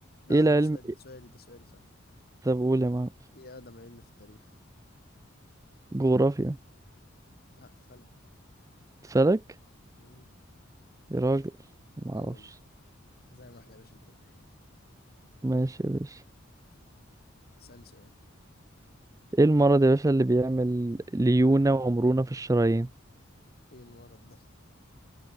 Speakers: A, on the left (about 50°); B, on the right (about 15°).
A: لا
B: إيه
A: انا
B: العلم
A: سؤالي سؤالي ده سؤالي صح
B: طب قول يا معلم
A: ايه اقدم علم في التاريخ
B: جغرافيا
A: لا الفلك
B: فلك
A: مم.
B: يا راجل معرفش
A: اه والله زي ما احنا يا باشا 2 واحد
B: ماشي يا باشا
A: اسألني سؤال
B: إيه المرض يا باشا اللي بيعمل ليونة ومرونة في الشرايين
A: ايه المرض ده